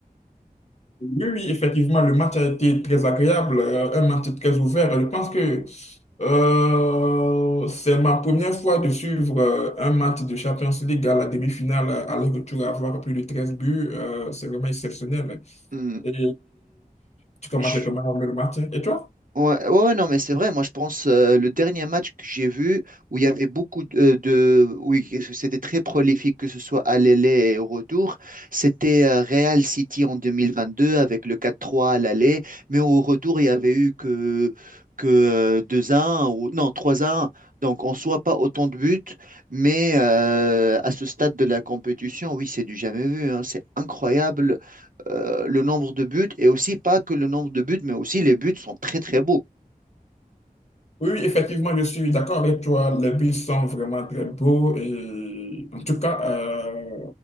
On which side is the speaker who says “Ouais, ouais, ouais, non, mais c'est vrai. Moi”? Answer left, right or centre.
Right